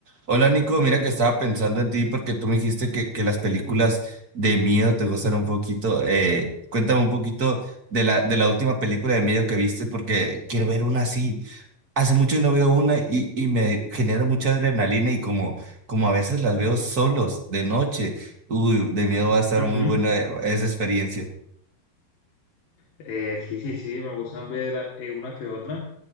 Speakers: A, on the right (about 30°); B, on the left (about 60°).
A: Hola Nico, mira que estaba pensando en ti porque tú me dijiste que, que las películas de miedo te gustan un poquito. Eh, cuéntame un poquito de la, de la última película de miedo que viste porque quiero ver una así. Hace mucho no veo una y, y me genera mucha adrenalina y como, como a veces las veo solos de noche. Uy, de miedo va a estar
B: Ujú.
A: muy buena eh, esa experiencia.
B: Eh, sí, sí, sí, me gustan ver eh, una que otra.